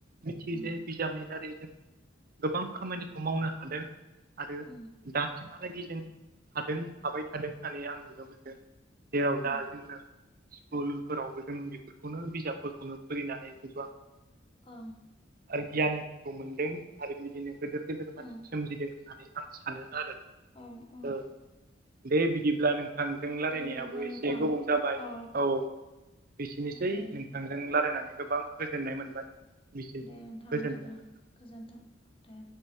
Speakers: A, on the right; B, on the left.
A: मिथियो
B: उम
A: जे बिजाबनि दारै जों गोबां खामानिखौ मावनो हादों आरो
B: उम
A: दा सिमहालागि जेन हादों हाबाय थादों होननानै आं नुनो मोनदों। जेराव
B: अ
A: दा जोङो स्कुलफोरावबो जोङो बे बेनो बिजाबफोरखौनो फैनानै गोबां
B: अ
A: आरो गियानिखौ मोनदों आरो बिदिनो गिदिर गिदीर मानसि
B: उम
A: सोमजिदों होननानै आं सानो आरोना
B: ओं ओं
A: औ दे बिदिब्ला नों नोंथांजों रायज्लायनायाबो
B: दे बिदिब्ला
A: एसे
B: नोंथां
A: गोबाव जाबाय
B: अ
A: औ। बिनोसै
B: ए
A: नोंथांजों रायलायनानै गोबां गोजोननाय मोनबाय। बिसै
B: दे नोंथां
A: गोजोन्थों
B: बिदिबा गोजोन्थों दे।